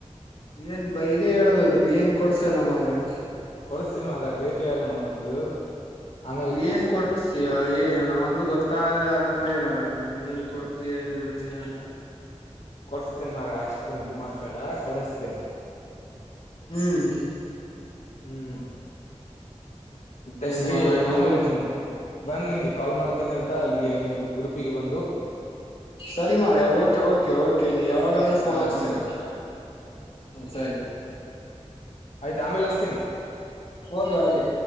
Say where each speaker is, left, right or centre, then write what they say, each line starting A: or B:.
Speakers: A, on the left; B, on the left.
A: ಏನ್ ಬೈ ಇದೇ ಹೇಳೋದು ನೀನ್ ಏನ್ ಕೊಡ್ಸಲಾ ಮಾರಾಯಾ
B: ಕೊಡಿಸ್ತೀನ್ ಮಾರಾಯ ಭೇಟಿ ಆಗೋಣ ಮೊದ್ಲು ಆಮೇಲೆ ಕೊಡಿಸ್ತೀನಿ
A: ಏನ್ ಕೊಡ್ಸತಿ ಏನಿಲ್ಲಾ ಒಂದು ಗೊತ್ತಾದೇ ಆಗ್ತಾನೆ ಇಲ್ಲಾ ನನ್ಗೆ ನೀನ್ ಏನ್ ಕೊಡ್ತೀ ಏನ್ ಬಿಡ್ತ ಅಂತಾ
B: ಕೊಡಿಸ್ತೀನಿ ಮಾರಾಯಾ ಅಷ್ಟು ಇದು ಮಾಡಬೇಡಾ ಕೊಡಿಸ್ತೀನಿ
A: ಹುಂ
B: ಹುಂ ಮತ್ತೆ
A: ಏನ್
B: ಸರಿ
A: ಮಾರಾಯ
B: ನಾನು
A: ಒಂದು
B: ಬಂದ ನಿನ್ಗ ಕಾಲ್ ಮಾಡ್ತೀನಿ ಅಂತಾ ಅಲ್ಲಿಗೆ ನಿಮ್ ಉಡುಪಿಗೆ ಬಂದು
A: ಸರಿ ಮಾರೆಯಾ ಓಕೆ ಓಕೆ ಓಕೆ ನೀ ಯಾವಾಗಾದ್ರೆ ಫೋನ್
B: ಹಾ
A: ಹಚ್ಚ
B: ಸರಿ
A: ನೀನ್
B: ಮಾರಾಯ
A: ಸರಿ
B: ಆಯ್ತ ಆೇಲೆ ಅಚ್ತನಿ.
A: Okay okay.